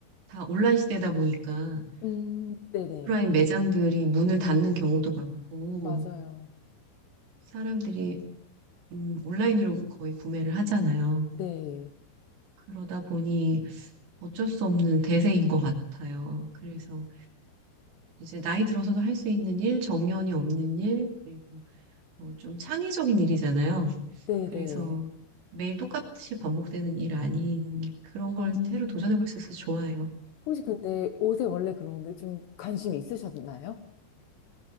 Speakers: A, on the right; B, on the left.
A: 다 온라인 시대다 보니까
B: 음, 네네.
A: 오프라인 매장들이 문을 닫는 경우도 많고
B: 맞아요.
A: 사람들이 음, 온라인으로 거의 구매를 하잖아요.
B: 네.
A: 그러다 보니 어쩔 수 없는 대세인 것 같아요. 그래서 이제 나이 들어서도 할 수 있는 일, 정년이 없는 일, 그리고 어, 좀 창의적인 일이잖아요.
B: 네네.
A: 그래서 매일 똑같이 반복되는 일 아닌 그런 걸
B: 음.
A: 새로 도전해볼 수 있어서 좋아요.
B: 혹시 근데 옷에 원래 그런데 좀 관심이 있으셨나요?